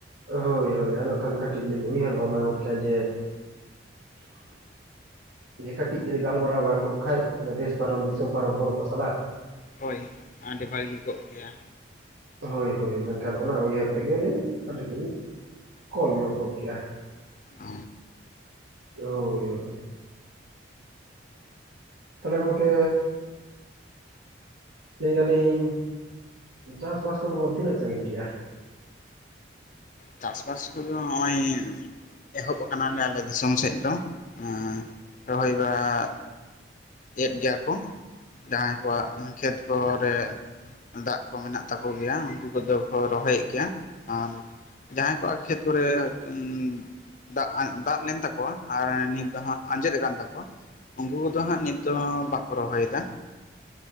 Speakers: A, on the right; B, on the left.
A: ᱦᱳᱭ ᱦᱳᱭ ᱟᱫᱚ ᱠᱷᱟᱱ ᱠᱟᱴᱤᱡ ᱞᱤᱧ ᱩᱭᱦᱟᱹᱨ ᱵᱷᱟᱵᱽᱱᱟ ᱜᱚᱫ ᱠᱮᱜ-ᱟ ᱡᱮ᱾ ᱡᱮ ᱠᱟᱴᱤᱡ ᱡᱩᱫᱤ ᱜᱟᱞᱢᱟᱨᱟᱣ ᱜᱟᱱ ᱠᱚᱜ ᱠᱷᱟᱡ ᱚᱱᱟ ᱫᱮᱥ ᱯᱟᱨᱚᱢ ᱫᱤᱥᱚᱢ ᱯᱟᱨᱚᱢ ᱦᱚᱲ ᱠᱚ ᱥᱟᱞᱟᱜ᱾
B: ᱦᱳᱭ ᱟᱰᱤ ᱵᱷᱟᱜᱤ ᱠᱚᱜ ᱠᱮᱭᱟ᱾
A: ᱦᱳᱭ ᱦᱳᱭ ᱢᱮᱱᱠᱷᱟᱱ ᱚᱱᱟ ᱩᱭᱦᱟᱹᱨ ᱛᱮᱜᱮ ᱞᱤᱧ ᱠᱟᱴᱤᱡ ᱞᱤᱧ ᱠᱚᱞ ᱧᱚᱜ ᱜᱚᱫ ᱠᱮᱜ-ᱟ᱾
B: ᱚ᱾
A: ᱦᱳᱭ ᱧᱚᱜ ᱜᱮ᱾ ᱛᱟᱦᱞᱮ ᱜᱚᱢᱠᱮ᱾ ᱞᱟᱹᱭ ᱫᱟᱞᱤᱧ ᱪᱟᱥ ᱵᱟᱥ ᱠᱚᱫᱚ ᱵᱚᱱ ᱛᱤᱱᱟᱹᱜ ᱥᱟᱸᱜᱤᱧ ᱠᱮᱜ-ᱟ?
B: ᱪᱟᱥ ᱵᱟᱥ ᱠᱚᱫᱚ ᱱᱚᱜᱚᱭ᱾ ᱮᱦᱚᱵ ᱠᱟᱱᱟᱞᱮ ᱟᱞᱮ ᱫᱤᱥᱚᱢ ᱥᱮᱫ ᱫᱚ, ᱮᱸ ᱨᱚᱦᱚᱭ ᱵᱟᱲᱟ᱾ ᱮᱫ ᱜᱮᱭᱟ ᱠᱚ ᱡᱟᱸᱦᱟᱭ ᱠᱚᱣᱟᱜ ᱠᱷᱮᱛ ᱠᱚᱨᱮ᱾ ᱫᱟᱜ ᱠᱚ ᱢᱮᱱᱟᱜ ᱛᱟᱠᱚ ᱜᱮᱭᱟ ᱩᱱᱠᱩ ᱠᱚᱫᱚ ᱠᱚ ᱨᱚᱦᱚᱭᱮᱜ ᱜᱮᱭᱟ ᱟᱨ᱾ ᱡᱟᱸᱦᱟᱭ ᱠᱚᱣᱟᱜ ᱠᱷᱮᱛ ᱠᱚᱨᱮ ᱩᱸ᱾ ᱫᱟᱜ ᱟᱸ ᱫᱟᱜ ᱞᱮᱱ ᱛᱟᱠᱚᱣᱟ ᱟᱨ ᱱᱤᱛ ᱫᱚ ᱦᱟᱸᱜ ᱟᱸᱡᱮᱫ ᱠᱟᱱ ᱛᱟᱠᱚᱣᱟ ᱩᱱᱠᱩ ᱠᱚᱫᱚ ᱦᱟᱸᱜ ᱱᱤᱛ᱾ ᱫᱚ ᱵᱟᱠᱚ ᱨᱚᱦᱚᱭᱮᱫᱟ᱾